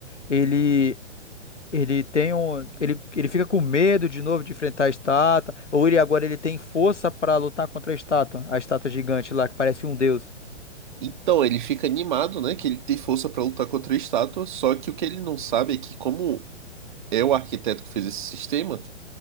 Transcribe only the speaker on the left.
ele. Ele tem um, ele, ele fica com medo de novo de enfrentar a estátua, ou ele agora ele tem força para lutar contra a estátua, a estátua gigante lá que parece um deus.